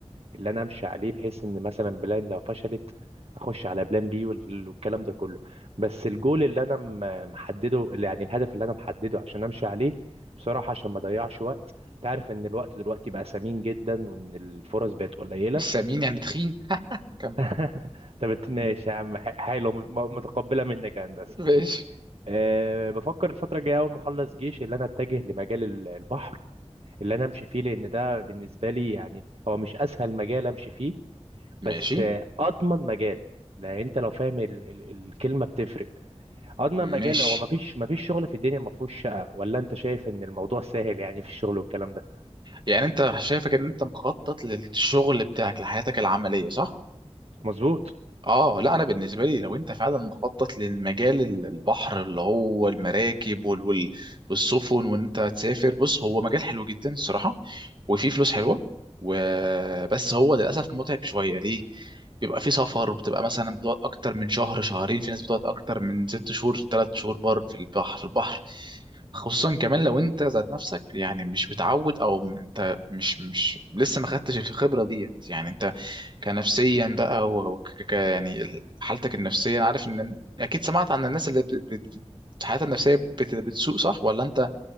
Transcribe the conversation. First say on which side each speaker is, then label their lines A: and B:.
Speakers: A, on the right; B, on the right.
A: اللي أنا أمشي عليه بحيث إن مثلا بلان لو فشلت أخش على بلان بي وال- والكلام ده كله بس الجول اللي أنا م- محدده اللي يعني الهدف اللي أنا محدده عشان أمشي عليه بصراحة عشان ما أضيعش وقت تعرف إن الوقت دلوقتي بقى ثمين جدا وإن الفرص بقت قليلة
B: مش سمين يعني تخين كم
A: <laughs> طب ات- ماشي يا عم ح- حلو م- متقبلة منك يا هندسة
B: ماشي
A: أه بفكر الفترة الجاية أول ما أخلص جيش اللي أنا أتجه لمجال ال- البحر اللي أنا أمشي فيه لأن ده بالنسبة لي يعني هو مش أسهل مجال أمشي فيه بس
B: ماشي
A: آه، أضمن مجال لأن أنت لو فاهم ال ال الكلمة بتفرق أضمن مجال
B: ماشي
A: هو مفيش مفيش شغل في الدنيا مفهوش شقة ولا أنت شايف إن الموضوع سهل يعني في الشغل والكلام ده
B: يعني انت شايفك ان انت مخطط للشغل بتاعك لحياتك العمليه صح
A: مظبوط
B: اه لا انا بالنسبه لي لو انت فعلا مخطط للمجال ال- البحر اللي هو المراكب وال- وال- والسفن وان انت تسافر بص هو مجال حلو جدا الصراحه وفيه فلوس حلوه وبس هو للاسف متعب شويه ليه بيبقى فيه سفر بتبقى مثلا بتقعد اكتر من شهر شهرين في ناس بتقعد اكتر من ست شهور ثلاث شهور بر في البحر في البحر خصوصا كمان لو انت ذات نفسك يعني مش متعود او انت مش مش لسه ما خدتش الخبره ديت يعني انت كنفسيا بقى هو ك... ك... يعني ال- حالتك النفسية أنا عارف إن أكيد سمعت عن الناس اللي بت... بت... بت- حياتها النفسية بت... بتسوء صح ولا أنت